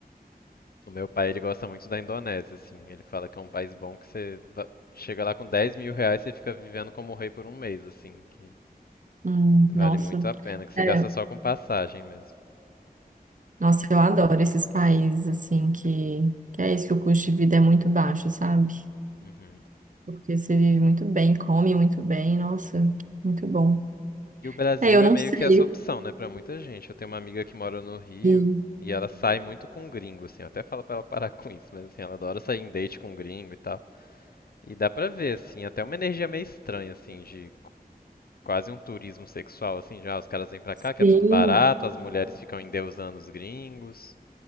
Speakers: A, on the left; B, on the right.
A: O meu pai, ele gosta muito da Indonésia, assim. Ele fala que é um país bom que você va- chega lá com 10 mil reais e você fica vivendo como rei por um mês, assim. Que
B: Hum,
A: vale
B: nossa.
A: muito a pena, que você
B: É,
A: gasta só com passagem mesmo.
B: nossa, eu adoro esses países assim que, que é isso que o custo de vida é muito baixo, sabe?
A: Uhum.
B: Porque você vive muito bem, come muito bem, nossa, muito bom.
A: E o Brasil
B: É, eu
A: é
B: não
A: meio
B: sei.
A: que essa opção, né, pra muita gente. Eu tenho uma amiga que mora no Rio
B: Sim,
A: e ela sai muito com gringo, assim. Eu até falo pra ela parar com isso, mas assim, ela adora sair em date com gringo e tal. E dá pra ver, assim, até uma energia meio estranha, assim, de Quase um turismo sexual, assim, já. Os caras vêm pra
B: sim,
A: cá, que é tudo barato, as mulheres ficam endeusando os gringos.